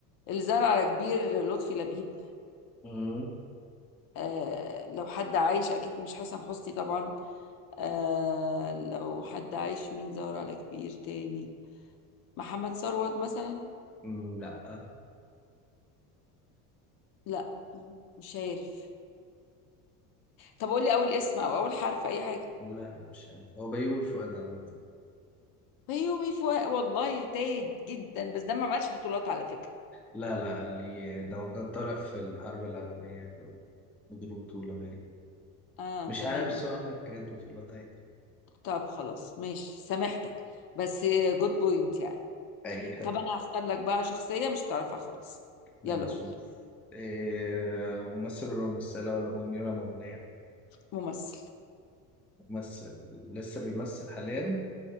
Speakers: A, on the left (about 50°); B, in the centre.
A: الزهر على كبير لطفي لبيب
B: مم.
A: آه، لو حد عايش أكيد مش حسن حسني طبعا آه، لو حد عايش مين زهر على كبير تاني محمد ثروت مثلا
B: مم، لا
A: لا مش عارف طب قول لي اول اسم او اول حرف اي حاجه
B: لا لا مش عارف هو بيومي فؤاد عامة
A: بيومي فؤاد والله تايه جدا بس ده ما عملش بطولات على فكره
B: لا لا اللي ده ما كان طالع في الحرب العالمية كان مدير بطولة باين
A: اه
B: مش
A: تمام
B: عارف بس هو عامل حاجات بطولات عادي
A: طب خلاص ماشي سامحتك بس جود بوينت يعني
B: أي خدمة
A: طب انا هختار لك بقى شخصيه مش تعرفها خالص يلا
B: هنشوف
A: قول
B: إيه ممثل ولا ممثلة ولا مغني ولا مغنية
A: ممثل
B: ممثل لسه بيمثل حاليا